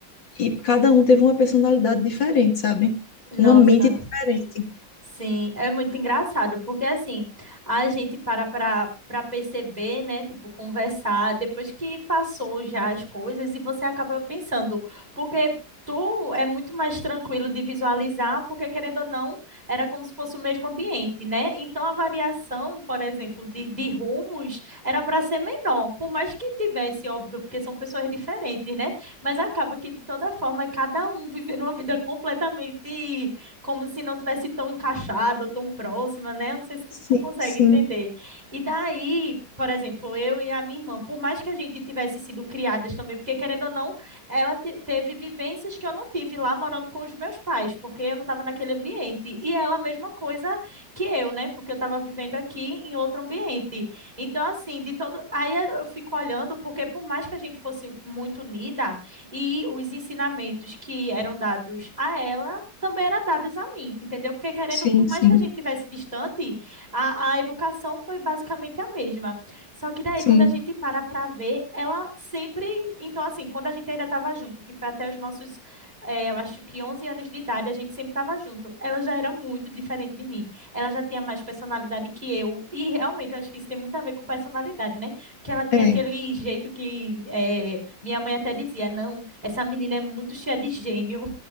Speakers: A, on the left; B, on the right.
A: e cada um teve uma personalidade diferente, sabe?
B: Nossa,
A: Uma mente diferente.
B: Sim, é muito engraçado, porque assim, a gente para para para perceber, né, tipo, conversar depois que passou já as coisas e você acaba pensando, porque tu é muito mais tranquilo de visualizar, porque querendo ou não, era como se fosse o mesmo ambiente, né? Então a variação, por exemplo, de, de rumos era para ser menor, por mais que tivesse, óbvio, porque são pessoas diferentes, né? Mas acaba que de toda forma, cada um vivendo uma vida completamente como se não tivesse tão encaixado ou tão próxima, né? Eu não sei se tu,
A: Sim,
B: tu consegue
A: sim.
B: entender. E daí, por exemplo, eu e a minha irmã, por mais que a gente tivesse sido criadas também, porque querendo ou não, ela te- teve vivências que eu não tive lá morando com os meus pais, porque eu não estava naquele ambiente. E ela, a mesma coisa que eu, né? Porque eu estava vivendo aqui em outro ambiente. Então, assim, de todo. Aí eu eu fico olhando, porque por mais que a gente fosse muito unida, e os ensinamentos que eram dados a ela também eram dadas a mim, entendeu? Porque querendo,
A: Sim,
B: por mais
A: sim,
B: que a gente tivesse distante, a, a educação foi basicamente a mesma. Só que daí,
A: sim.
B: quando a gente para para ver, ela sempre, então assim, quando a gente ainda estava junto, que foi até os nossos, eh, eu acho que 11 anos de idade, a gente sempre estava junto. Ela já era muito diferente de mim. Ela já tinha mais personalidade que eu e realmente eu acho que isso tem muito a ver com personalidade, né? Porque ela tinha
A: É,
B: aquele jeito que eh, minha mãe até dizia, não, essa menina é muito cheia de gênio.